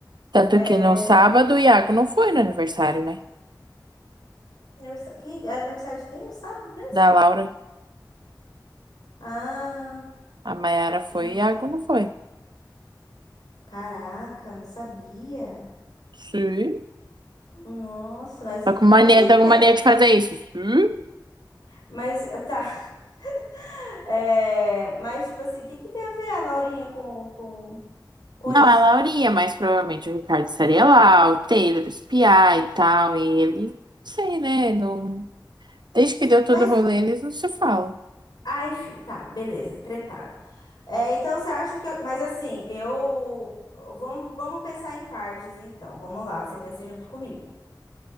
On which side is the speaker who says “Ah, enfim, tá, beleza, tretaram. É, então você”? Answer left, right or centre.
Left